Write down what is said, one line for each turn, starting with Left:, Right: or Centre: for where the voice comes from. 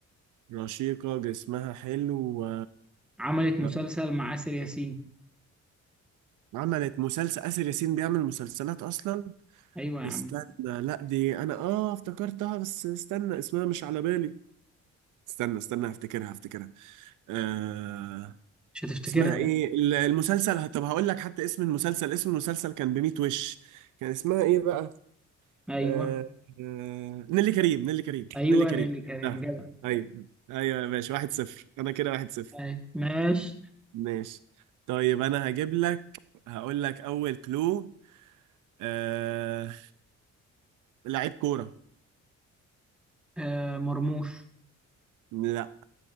Right: رشيقة جسمها حلو و...
Centre: عملت مسلسل
Right: ما-
Centre: مع آسر ياسين
Right: عملت مسلسل آسر ياسين بيعمل مسلسلات أصلا
Centre: ايوه يا
Right: استنى
Centre: عم
Right: لا دي أنا آه افتكرتها بس استنى اسمها مش على بالي استنى استنى هفتكرها هفتكرها آه
Centre: مش هتفتكرها
Right: اسمها إيه
Centre: لا
Right: ال- المسلسل طب هقول لك حتى اسم المسلسل اسم المسلسل كان بميت وش كان اسمها إيه بقى
Centre: ايوه
Right: آه، آه، نيلي كريم نيلي كريم
Centre: ايوه
Right: نيلي كريم
Centre: نيللي كريم
Right: ده
Centre: جدع
Right: ايوه ايوه ماشي واحد صفر انا كده واحد صفر
Centre: أيوة. ماشي
Right: ماشي طيب انا هجيب لك هقول لك اول كلو آه... لعيب كورة
Centre: آه مرموش
Right: لا